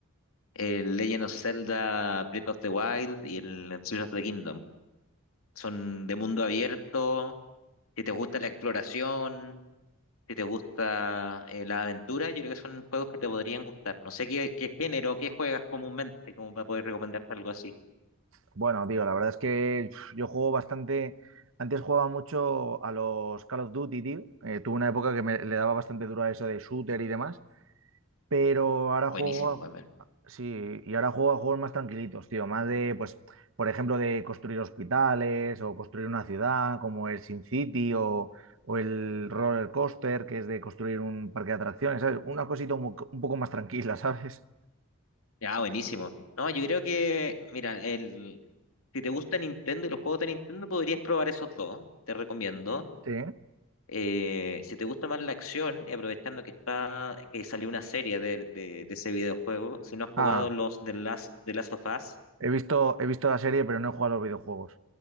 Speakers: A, on the left; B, on the right.
A: El Legend of Zelda Breath of the Wild y el Tears of the Kingdom. Son de mundo abierto. Si te gusta la exploración, si te gusta eh, la aventura, yo creo que son juegos que te podrían gustar. No sé qué, qué género, qué juegas comúnmente, como para poder recomendarte algo así.
B: Bueno, tío, la verdad es que uf, yo juego bastante. Antes jugaba mucho a los Call of Duty, tío. Eh, tuve una época que me, le daba bastante duro a eso de shooter y demás. Pero ahora
A: Buenísimo,
B: juego,
A: Gamer.
B: Sí, y ahora juego a juegos más tranquilitos, tío, más de, pues, por ejemplo, de construir hospitales o construir una ciudad, como el Sin City o, o el Roller Coaster, que es de construir un parque de atracciones, ¿sabes? Una cosita un, mo- un poco más tranquila, <laughs> ¿sabes?
A: Ah, buenísimo. No, yo creo que, mira, el, Si te gusta Nintendo y los juegos de Nintendo, podrías probar esos dos, te recomiendo.
B: Sí.
A: Eh, si te gusta más la acción, y aprovechando que está, que salió una serie de, de- de ese videojuego, si no has jugado
B: Ah,
A: los de Last, de Last of Us,
B: he visto, he visto la serie, pero no he jugado a los videojuegos.